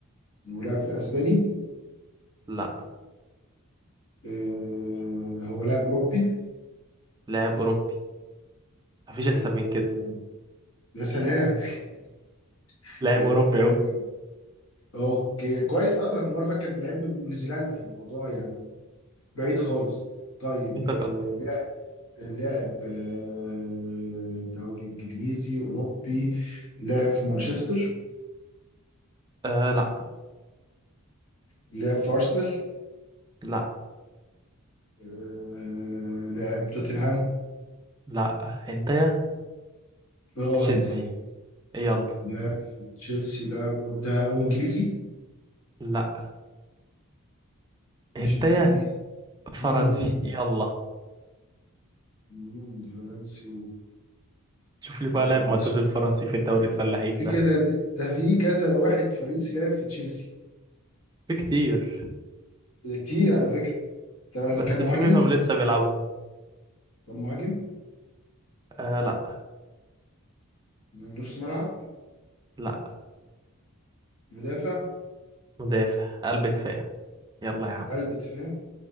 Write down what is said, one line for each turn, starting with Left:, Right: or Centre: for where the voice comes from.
Left: ولعب في الأسباني
Right: لا
Left: آه، هو لاعب أوروبي
Right: لاعب أوروبي مفيش أسهل
Left: آه،
Right: من كده
Left: يا سلام <laughs>
Right: لاعب
Left: لعب
Right: أوروبي
Left: الدوري
Right: أهو
Left: الإنجليزي أوكي كويس أه أنا مرة فاكر إن لعيب من نيوزيلندا في الموضوع يعني بعيد خالص طيب
Right: في تقدم
Left: آه، لعب آه، دوري انجليزي اوروبي لعب في مانشستر
Right: آه لا
Left: لعب في ارسنال
Right: لا
Left: آه، لعب توتنهام
Right: لا هنتايا
Left: براهن
Right: تشيلسي
Left: تاني
Right: يلا
Left: لعب في تشيلسي لعب بروك. ده هو انجليزي
Right: لا
Left: مش
Right: هنتايا
Left: انجليزي
Right: فرنسي
Left: مم،
Right: يلا
Left: مم، فرنسي
Right: شوف لي
Left: يا
Right: بقى
Left: خبر
Right: لاعب معتزل
Left: اسود
Right: فرنسي في الدوري الفلاحين
Left: في
Right: ده
Left: كذا ده في كذا واحد فرنسي لعب في تشيلسي
Right: في كتير
Left: ده كتير على فكرة ده
Right: بس
Left: كان مهاجم
Right: في منهم لسه بيلعبوا
Left: كان مهاجم
Right: آه لا
Left: نص ملعب
Right: لا.
Left: مدافع
Right: مدافع قلب دفاع يلا يا عم
Left: قلب دفاع